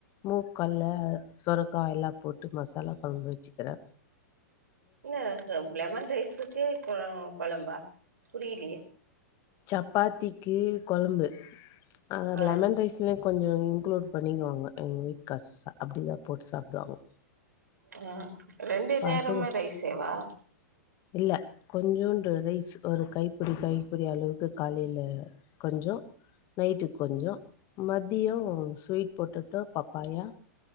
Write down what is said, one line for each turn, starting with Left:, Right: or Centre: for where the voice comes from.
Left: மூக்கல்ல சொரக்கா எல்லா போட்டு மசாலா கொழம்பு வெச்சுக்கறே
Right: இல்ல <unintelligible> லெமன் ரைஸுக்கே கொ கொழம்பா புரியிலயே
Left: சப்பாத்திக்கி கொழம்பு அ
Right: ஆ
Left: லெமன் ரைஸ் க்குமே கொஞ்சோ இன்க்ளூட் பண்ணிக்குவாங்க எங்க வீட்கார்ஸ்சா அப்டிதா போட்டு சாப்டுவாங்கோ
Right: அ ரெண்டு
Left: பசங்க
Right: நேரமுமே ரைஸ்ஸேவா
Left: இல்ல கொஞ்சோன்டு ரைஸ் ஒரு கைபிடி கைபிடி அளவுக்கு காலைலே கொஞ்சோ நைட்டுக் கொஞ்சோ மதியோ ஸ்வீட் பொட்டொட்டோ பப்பாயா